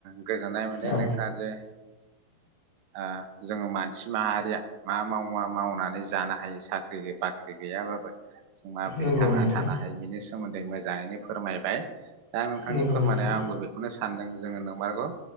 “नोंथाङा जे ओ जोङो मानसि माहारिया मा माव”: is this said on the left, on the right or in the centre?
Right